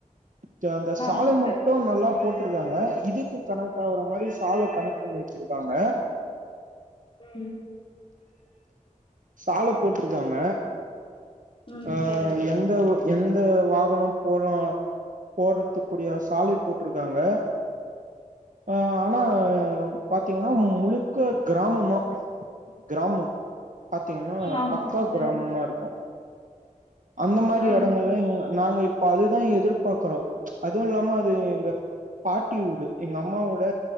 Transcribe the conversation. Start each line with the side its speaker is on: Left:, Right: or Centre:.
Right: சோ அந்த
Left: ஆ
Right: சாலை மட்டு
Left: சரி
Right: நல்லா போட்ருக்காங்க இதுக்கு கனெக்ட் ஆகுற மாரி சாலை கனெக்ட் பண்ணி வெச்சிருக்காங்க
Left: ம்
Right: சாலை போட்ருக்காங்க
Left: ம்
Right: ஆ
Left: சரி
Right: எந்த ஒ எந்த வாகன போலா போறத்துக்குடிய சாலை போட்ருக்காங்க ஆ ஆனா பாத்தீங்னா முழுப் கோ கிராமந்தா கிராமம் பாத்தீங்கனா
Left: ஆ
Right: பக்கா
Left: சரி
Right: கிராமமா இருக்கு அந்த மாரி
Left: ம்
Right: எடங்கள்ல இங்க நாங்க இப்ப அதுதா எதிர்பாக்குறோ அதுவு இல்லாம அது எங்க பாட்டி ஊரு எங்க அம்மாவோட